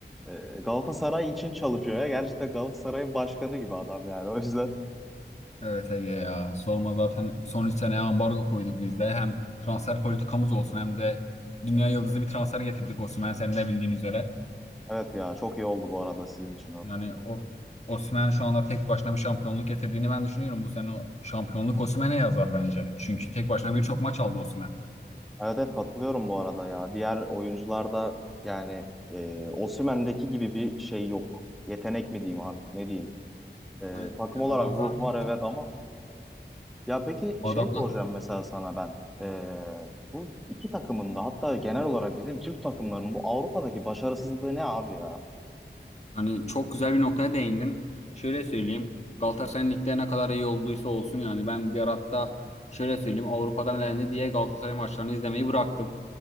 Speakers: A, in the centre; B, on the left.
A: E, Galatasaray için çalışıyor ya. Gerçekten Galatasaray'ın başkanı gibi adam yani. O yüzden
B: Evet Ege ya sorma zaten son üç seneye ambargo koyduk biz de. Hem transfer politikamız olsun hem de dünya yıldızı bir transfer getirdik Osimhen senin de bildiğin üzere.
A: evet ya çok iyi oldu bu arada sizin için o.
B: Yani o Osimhen şu anda tek başına bir şampiyonluk getirdiğini ben düşünüyorum. Bu sene o şampiyonluk Osimhen'e yazar bence. Çünkü tek başına birçok maç aldı Osimhen.
A: Evet evet katılıyorum bu arada ya. Diğer oyuncularda yani e, Osimhen'deki gibi bir şey yok. Yetenek mi diyeyim artık ne diyeyim. E,
B: Yani
A: takım olarak
B: adam
A: ruh
B: zaten
A: var evet ama ya peki
B: adam
A: şey soracağım mesela sana ben. E, bu iki takımın da hatta genel olarak bizim Türk takımlarının bu Avrupa'daki başarısızlığı ne abi ya?
B: Hani çok güzel bir noktaya değindin. Şöyle söyleyeyim. Galatasaray'ın ligde ne kadar iyi olduysa olsun yani ben bir ara hatta şöyle söyleyeyim Avrupa'dan elendi diye Galatasaray maçlarını izlemeyi bıraktım.